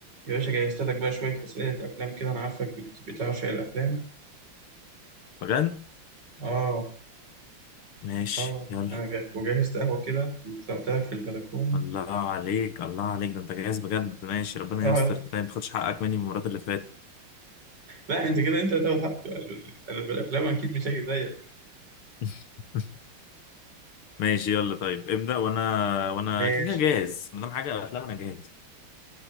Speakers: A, on the right (about 50°); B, on the left (about 85°).
A: يا باشا جهزت لك بقى شوية أسئلة أفلام كده أنا عارفك بت- بتعشق الأفلام
B: بجد
A: آه
B: ماشي
A: آه
B: يلا
A: أنا جا- وجهزت قهوة كده وطلعت لك في البلكونة
B: الله عليك الله عليك ده انت جاهز بجد ماشي ربنا
A: آه
B: يستر طيب ما تاخدش حقك مني من المرات اللي فاتت
A: لا أنت كده أنت اللي هتاخد حقك أنا في الأفلام أكيد مش هاجي زيك
B: <laughs> ماشي يلا طيب ابدأ وانا وانا
A: ماشي
B: كده كده جاهز ما دام حاجة افلام انا جاهز